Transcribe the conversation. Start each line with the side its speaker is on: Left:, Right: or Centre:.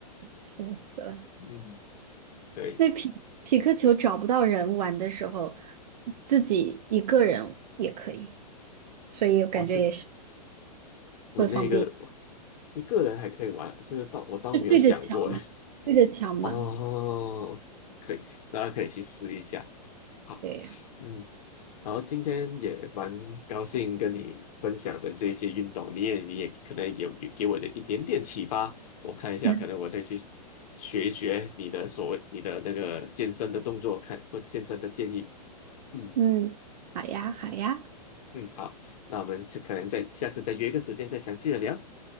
Right: 死了。
Left: 嗯，对，
Right: 那匹匹克球找不到人玩的时候，自己一个人也可以，所以我感觉也是
Left: 哦，这我那个我
Right: 会方便，
Left: 一个人还可以玩，这个倒我倒没有想过哎。
Right: 就对着墙，对着墙嘛。
Left: <laughs> 哦，可以，大家可以去试一下。好，
Right: 对呀，
Left: 嗯，然后今天也蛮高兴跟你分享的这些运动，你也你也可能有有给我的一点点启发，我看一下，
Right: <laughs>
Left: 可能我再去学一学你的所谓你的那个健身的动作，看或健身的建议。嗯
Right: 嗯，好呀，好呀，
Left: 嗯，好，那我们是可能再下次再约一个时间再详细的聊。